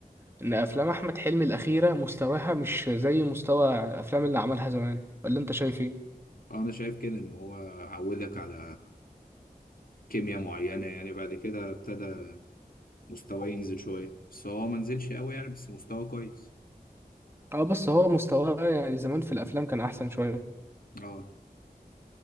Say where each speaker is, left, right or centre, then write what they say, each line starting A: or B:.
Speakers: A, on the right; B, on the left.
A: ان افلام احمد حلمي الاخيرة مستواها مش زي مستوى الافلام اللي عملها زمان ولا انت شايف ايه
B: آه، انا شايف كده ان هو عودك على كيمياء معينة يعني بعد كده ابتدى مستواه ينزل شوية بس هو ما نزلش قوي يعني بس مستواه كويس
A: اه بس هو مستواه يعني زمان في الافلام كان احسن شويه
B: اه